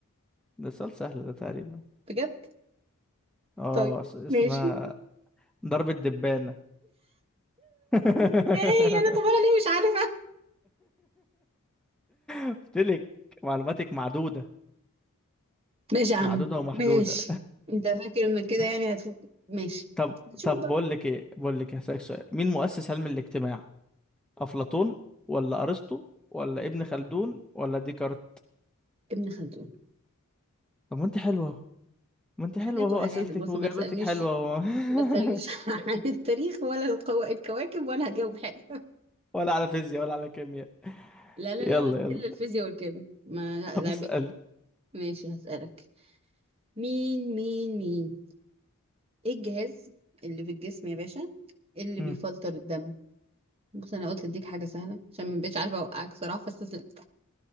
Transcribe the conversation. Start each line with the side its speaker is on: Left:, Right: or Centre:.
Centre: ده سؤال سهل ده تقريبا
Right: بجد
Centre: اه
Right: طيب
Centre: اس- اسمها
Right: ماشي <laughs>
Centre: ضرب الدبانة <laughs>
Right: ازاي انا طب انا ليه مش عارفه
Centre: قلتلك معلوماتك معدودة
Right: ماشي يا عم
Centre: معدودة ومحدودة
Right: ماشي انت فاكر انك كده
Centre: <laughs>
Right: يعني هتفوق ماشي
Centre: طب
Right: نشوف
Centre: طب
Right: بقى
Centre: بقول لك ايه بقول لك إيه، هسألك سؤال مين مؤسس علم الاجتماع افلاطون ولا ارسطو ولا ابن خلدون ولا ديكارت
Right: ابن خلدون
Centre: طب ما انت حلوه اهو ما انت حلوه
Right: حاجات
Centre: اهو
Right: وحاجات
Centre: اسئلتك
Right: بص
Centre: واجاباتك
Right: ما تسألنيش
Centre: حلوه اهو
Right: ما تسألنيش
Centre: <laughs>
Right: <laughs> عن التاريخ ولا القو... الكواكب ولا هجاوب حلو
Centre: ولا على فيزياء ولا على كيمياء
Right: لا لا
Centre: يلا
Right: لا لا
Centre: يلا
Right: إلا الفيزياء والكيمياء ما لا
Centre: طب
Right: لعبتي
Centre: اسال
Right: ماشي هسألك مين مين مين ايه الجهاز اللي في الجسم يا باشا اللي
Centre: مم.
Right: بيفلتر الدم بص انا قلت اديك حاجة سهلة عشان مبقتش عارفة اوقعك صراحة فاستسلمت